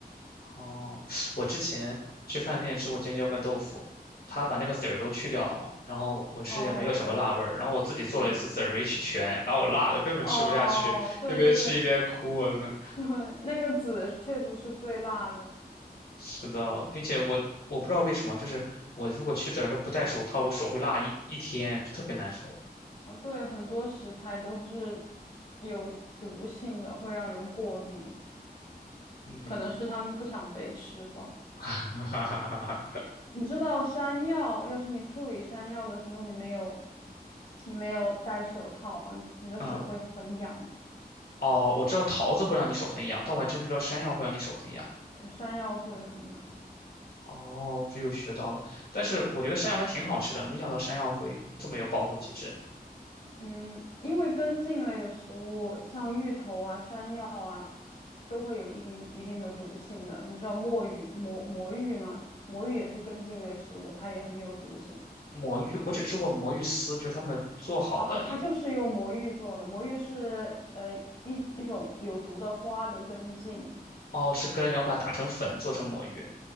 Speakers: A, on the left; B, on the left.
A: 哦，我之前去饭店吃过尖椒干豆腐，他把那个籽儿都去掉了嘛，然后我吃也没有什么辣味儿，
B: 哦，对，
A: 然后我自己做了一次籽儿没去全，
B: 嗯，
A: 把我辣的根本吃不下去，
B: 哦，对对对
A: 一边吃一边哭，我真的。
B: 对，那个籽确实是最辣的
A: 是的，并且我我不知道为什么，就是我如果去籽儿的时候不戴手套，我手会辣一一天，就特别难受。
B: 啊。对，很多食材都是有毒性的，会让人过敏。
A: 嗯，
B: 可能是他们不想被吃吧。
A: <laughs> 哈哈哈哈哈。
B: 你知道山药，要是你处理山药的时候，你没有，你没有戴手套，你你的手会很痒，
A: 嗯，哦，我知道桃子会让你手很痒，但我还真不知道山药会让你手很痒。
B: 呃山药会很痒的。
A: 哦，这又学到了。但是我觉得山药还挺好吃的，没想到山药会这么有保护机制。
B: 嗯，因为根茎类的食物，像芋头啊、山药啊，都会有一定一定的毒性的。你知道墨鱼、魔魔芋吗？魔芋也是根茎类食物，它也很有毒性。
A: 魔芋，我只吃过魔芋丝，就是他们做好的一，
B: 哦，它就是用魔芋做的。魔芋是呃一一种有毒的花的根茎，
A: 哦，是根，然后把它打成粉做成魔芋。